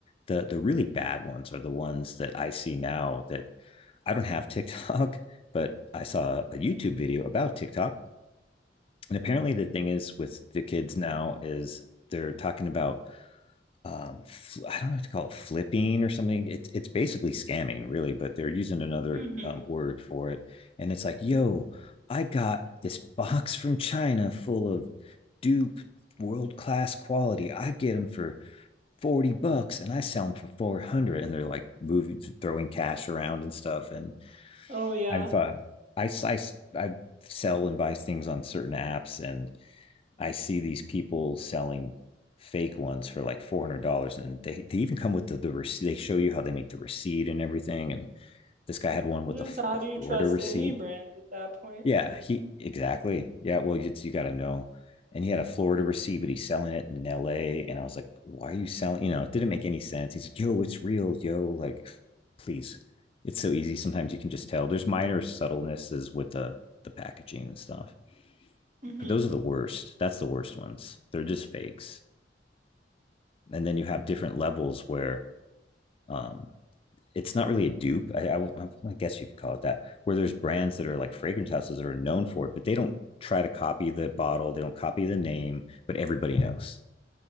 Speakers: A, on the left; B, on the right.
A: the the really bad ones are the ones that i see now that i don't have <laughs> tiktok but i saw a youtube video about tiktok and apparently the thing is with the kids now is they're talking about um I don't know what to call it flipping or something. It's it's basically scamming, really, but they're using another
B: hmm
A: um, word for it. And it's like, yo, I got this box from China full of dupe world class quality. I get them for 40 bucks and I sell them for 400 and they're like moving throwing cash around and stuff and
B: Oh yeah.
A: I've uh, I, I I sell and buy things on certain apps and I see these people selling fake ones for like four hundred dollars, and they they even come with the the receipt. They show you how they make the receipt and everything. And this guy had one with a
B: So how
A: a
B: do you
A: Florida
B: trust
A: receipt.
B: any brand at that point?
A: Yeah, he exactly. Yeah, well, you you got to know. And he had a Florida receipt, but he's selling it in L.A. And I was like, "Why are you selling?" You know, it didn't make any sense. He's like, "Yo, it's real, yo." Like, please, it's so easy. Sometimes you can just tell. There's minor subtlenesses with the the packaging and stuff,
B: hmm
A: but those are the worst. That's the worst ones. They're just fakes. and then you have different levels where um, it's not really a dupe. I I, I guess you could call it that, where there's brands that are like fragrance houses that are known for it, but they don't try to copy the bottle, they don't copy the name, but everybody knows.